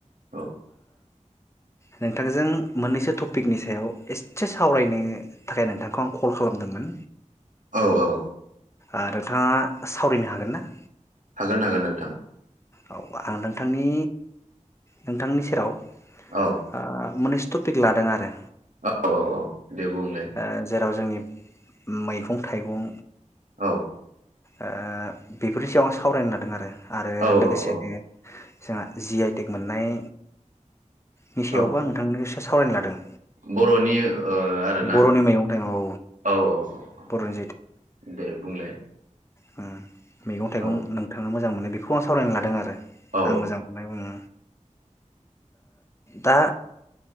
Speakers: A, on the right; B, on the left.
A: औ
B: नोंथांजों मोननैसो टपिकनि सायाव एसे सावरायनो थाखाय नोंथांखौ आं कल खालामदोंमोन
A: औ औ
B: ओ नोंथाङा सावरायनो हागोन ना?
A: हागोन हागोन नोंथां
B: औ आं नोंथांनि नोंथांनि सेराव ओ
A: औ
B: मोननैसो टपिक लादों आरो
A: औ औ औ दे बुंलाय
B: ओ जेराव जोंनि मैगं थाइगं
A: औ
B: ओ बेफोरनि सायाव आं सावरायनो लादों आरो आरो
A: औ
B: लो
A: औ
B: गोसेनो
A: औ
B: जोंहा जि आइ टेक मोननाय नि सायावबो
A: औ
B: आं नोंथांनो सोंं सावरायनो लादों।
A: बर'नि ओ आरोना
B: बर'नि मैगं थाइगं औ
A: औ औ औ औ
B: बर'नि
A: दे बुंलाय
B: होम मैगं थाइगं
A: औ
B: नोंथांनो मोजां मोननाय बेखौ आं सावरायनो लादों आरो
A: औ
B: आं मोजां मोननाय ओम दा